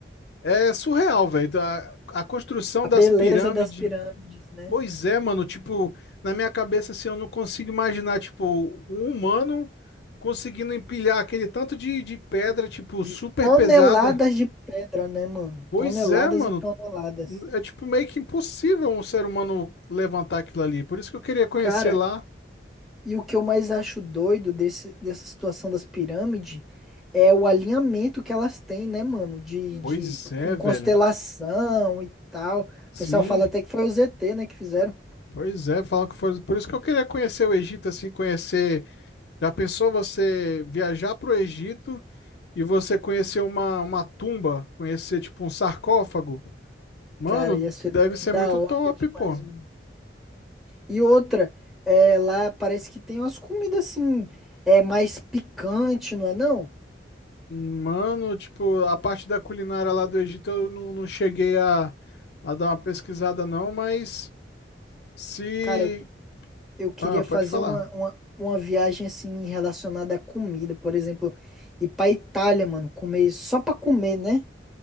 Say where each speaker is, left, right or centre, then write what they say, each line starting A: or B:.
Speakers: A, on the left; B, in the centre.
A: É surreal, velho. A, a construção
B: A
A: das
B: beleza
A: pirâmides.
B: das pirâmides, né?
A: Pois é, mano, tipo, na minha cabeça assim, eu não consigo imaginar, tipo, um humano conseguindo empilhar aquele tanto de, de pedra, tipo,
B: De
A: super
B: toneladas
A: pesada.
B: de pedra, né, mano?
A: Pois
B: Toneladas
A: é, mano,
B: e toneladas.
A: é tipo meio que impossível um ser humano levantar aquilo ali. Por isso que eu queria conhecer
B: Cara,
A: lá.
B: e o que eu mais acho doido desse, dessa situação das pirâmides é o alinhamento que elas têm, né, mano? De, de,
A: Pois é,
B: com
A: velho.
B: constelação e tal. O
A: Sim,
B: pessoal fala até que foi o ZT, né, que fizeram.
A: pois é, fala que foi. Por isso que eu queria conhecer o Egito, assim, conhecer. Já pensou você viajar pro Egito e você conhecer uma, uma tumba, conhecer, tipo, um sarcófago? Mano,
B: Cara, ia ser
A: deve ser
B: da
A: muito
B: hora
A: top,
B: demais,
A: pô.
B: mano. E outra, é, lá parece que tem umas comidas assim, é mais picante, não é não?
A: Mano, tipo, a parte da culinária lá do Egito eu não, não cheguei a, a dar uma pesquisada, não, mas se.
B: Cara, eu eu queria
A: Ah, pode
B: fazer
A: falar.
B: uma, uma, uma viagem assim relacionada à comida, por exemplo, ir pra Itália, mano, comer só pra comer, né?